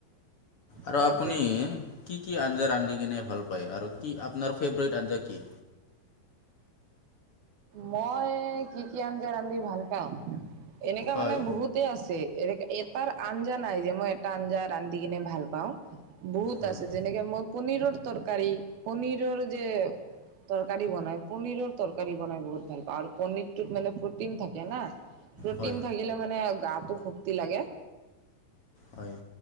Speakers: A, on the left; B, on the right.
A: আৰু
B: সেইটোৱে
A: আপুনি কি কি আঞ্জা ৰান্ধি কিনে ভাল পায়, আৰু কি আপোনাৰ ফেভাৰেইট আঞ্জা কি?
B: মই কি-কি আঞ্জা ৰান্ধি ভাল পাওঁ, এনেকা
A: হয়
B: মানে বহুত তে আছে। এটাৰ আঞ্জা নাই, যে মই এটা আঞ্জা ৰান্ধি কিনে ভাল পাওঁ। বহুত
A: হয়
B: আছে, যেনেকে মই পনীৰৰ তৰকাৰী, পনীৰৰ যে তৰকাৰী বনায় পনীৰৰ তৰকাৰী বনাই বহুত ভাল পাওঁ, আৰু পনীৰটোত মানে প্ৰটিন থাকে না। প্ৰটিন
A: হয়
B: থাকিলে মানে গাটো শক্তি লাগে।
A: হয়